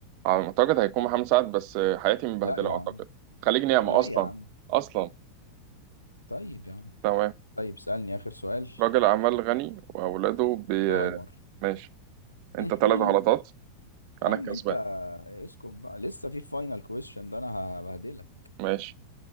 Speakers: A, on the right (about 45°); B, on the left (about 85°).
A: على ما أعتقد هيكون محمد سعد بس حياتي مبهدلة
B: لا يا
A: أعتقد
B: عم
A: خليج نعمة
B: لا
A: أصلا
B: يا عم
A: أصلا
B: طيب يا عم
A: تمام
B: طيب سألني اخر سؤال
A: راجل أعمال غني وأولاده بي...
B: زهايمر
A: ماشي أنت
B: <laughs>
A: ثلاث غلطات
B: يا
A: أنا
B: عم
A: الكسبان
B: انت اسكت بقى لسه في فاينل كويشن ده انا هبهدلك
A: ماشي